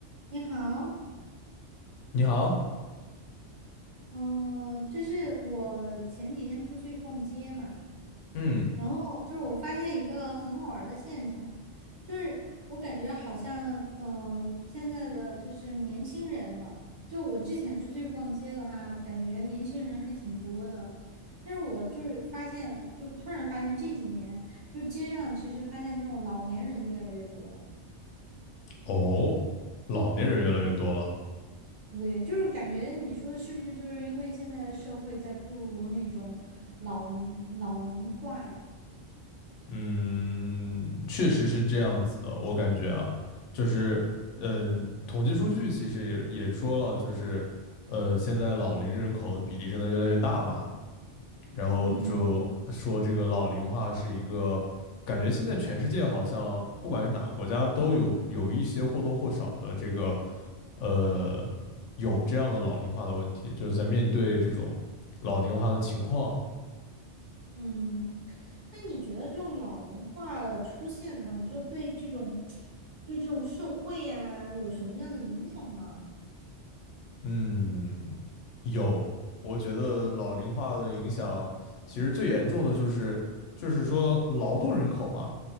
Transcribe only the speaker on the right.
你好，
嗯、就是我前几天出去逛街嘛，
然后就是我发现一个很好玩儿的现象，就是我感觉好像，嗯、现在的就是年轻人嘛，就我之前出去逛街的话，感觉年轻人还挺多的，但是我就是发现，就突然发现这几年，就街上其实发现这种老年人越来越多了。
对，就是感觉你说是不是就是因为现在的社会在步入那种老龄老龄化呀？
嗯。
嗯，那你觉得这种老龄化的出现的话，你说对这种对这种社会呀，有什么样的影响吗？